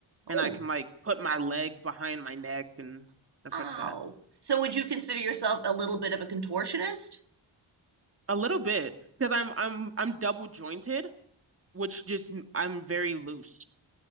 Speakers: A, on the right; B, on the right.
A: Oh,
B: and I can like put my leg behind my neck and stuff
A: wow.
B: like that.
A: So would you consider yourself a little bit of a contortionist?
B: A little bit because I'm I'm I'm double jointed, which just I'm very loose.